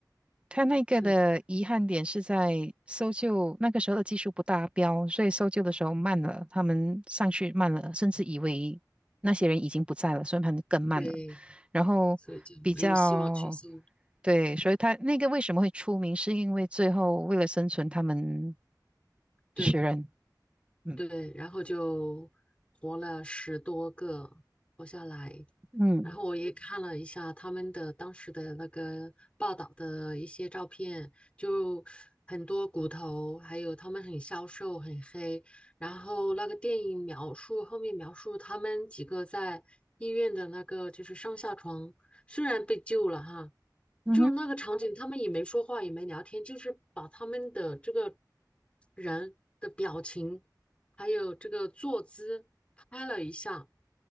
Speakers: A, on the right; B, on the left.
A: 他那个的遗憾点是在搜救那个时候的技术不达标，
B: 很惨
A: 所以搜救的时候慢了，他们上去慢了，甚至以为那些人已经不在了，所以他们更慢了。
B: 对，
A: 然后比较，
B: 所以就没有希望去搜。
A: 对，所以他那个为什么会出名，是因为最后为了生存，他们
B: 对。
A: 食人。嗯
B: 对，然后就活了十多个，活下来。
A: 嗯
B: 然后我也看了一下他们的当时的那个报道的一些照片，就很多骨头，还有他们很消瘦、很黑。然后那个电影描述后面描述他们几个在医院的那个就是上下床，虽然被救了哈，
A: 嗯哼，
B: 就是那个场景，他们也没说话，也没聊天，就是把他们的这个人的表情。还有这个坐姿拍了一下，